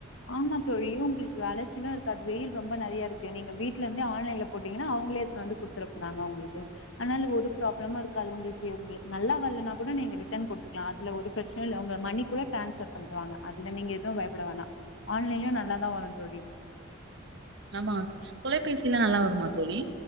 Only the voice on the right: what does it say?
ஆமா தொலைபேசிலா நல்லா வருமா தோழி